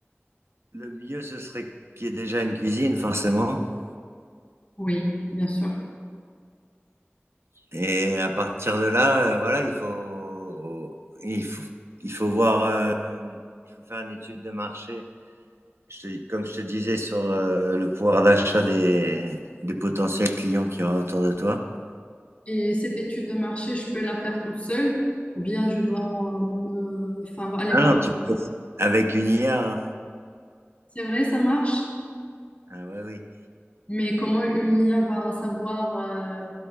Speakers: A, on the right (about 70°); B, on the left (about 30°).
A: Le mieux, ce serait qu'il y ait déjà une cuisine, forcément.
B: Oui, bien sûr.
A: Et à partir de là, euh, voilà, il faut, il faut, il faut voir, euh, il faut faire une étude de marché. Je te- comme je te disais sur euh, le pouvoir d'achat des, des potentiels clients qu'il y aura autour de toi.
B: Et cette étude de marché, je peux la faire toute seule ou bien je dois me- enfin, aller
A: Ah
B: voir.
A: non, tu peux, avec une IA. hein.
B: C'est vrai, ça marche,
A: Ah ouais, oui.
B: mais comment une IA va savoir euh,